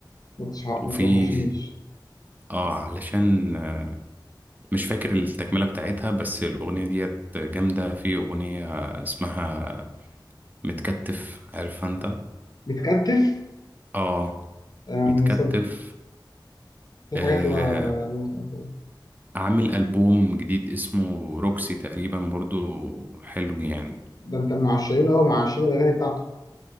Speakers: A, on the left; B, on the right.
A: ما تش- ما
B: وفي
A: توحشنيش
B: اه علشان آه، مش فاكر التكملة بتاعتها بس الأغنية ديت جامدة في أغنية اسمها متكتف عارفها انت
A: بتكتف
B: اه
A: أم،
B: متكتف
A: صد- في
B: آه
A: حاجات لا لا- لا-
B: عامل ألبوم جديد اسمه روكسي تقريبا برضو حلو يعني
A: ده انت من عشاقين اه من عشاقين الاغاني بتاعته